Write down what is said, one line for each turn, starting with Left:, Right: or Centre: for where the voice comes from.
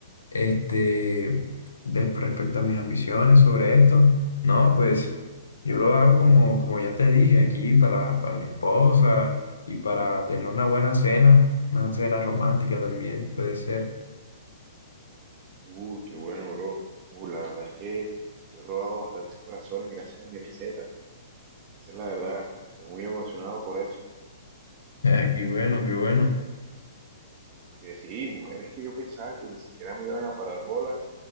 Left: este, de- respecto a mis ambiciones sobre esto, no, pues yo lo hago como, como ya te dije, aquí para, para mi esposa y para tener una buena cena, una cena romántica también puede ser.
Right: Uh, qué bueno, bro. Uh, la verdad es que yo he robado bastantes corazones gracias a mi receta. Esa es la verdad. Estoy muy emocionado por eso.
Left: Ah, qué bueno, qué bueno.
Right: Porque sí, mujeres que yo pensaba que ni siquiera me iban a parar bola,